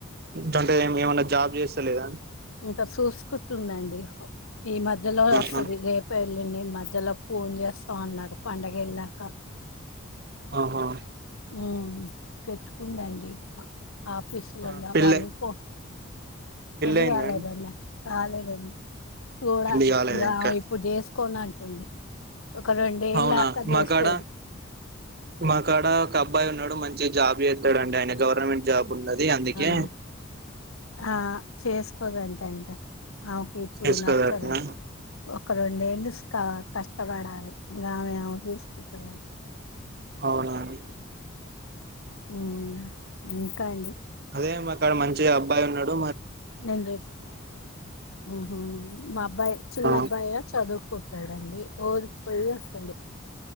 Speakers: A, on the right; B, on the left.
A: ఏట్ల అంటే ఏం ఏమన్న జాబ్ చేస్తలేద
B: ఇంకా సూసుకుంటుందండి ఈ మధ్యలో వస్తది
A: ఆహా
B: రేపో ఎల్లుండో మధ్యలో ఫోన్ చేస్తాం అన్నర్ పండగ ఏళ్ళాక
A: ఆహా
B: ఉ పెట్టుకుందండి ఆఫీసులలో
A: ఆ పెళ్ళి
B: వాళ్ళు పో పెళ్ళి
A: అయిందా
B: కాలేదండి
A: అండి
B: కాలేదండి చూడాలి
A: పెళ్లి కాలేదు
B: ఇగ
A: ఇంకా
B: అమె ఇప్పుడు చేస్ కోన్ అంటుంది ఒక రెండేళ్ళాక
A: అవునా
B: చేసుకోదు
A: మకాడ మకాడ ఒక అబ్బాయి ఉన్నాడు మంచి జాబ్ చేస్తడ్ అండి ఆయన గవర్నమెంట్ జాబ్ ఉన్నది అందుకే
B: అవున ఆ చెస్ దంటే అంట అండి ఆమె కి ఇప్పుడు
A: చేసుకోదట్నా
B: నచ్చదు ఒక రెండేళ్ళ క కష్ ష్టపడాలి ఇగ ఆమె ఆమె చూసుకుటది
A: అవునా అండి
B: హ్మ్ ఇంకా అండి
A: అయితే మా కాడ మంచిగా అబ్బాయి ఉన్నడు
B: నేను రేపు ఉమ్ హు మా అబ్బాయి చిన్న
A: ఆ
B: అబ్బాయా చదువుకుం టాడండి రోజ్ పోయ్ ఒస్తాడు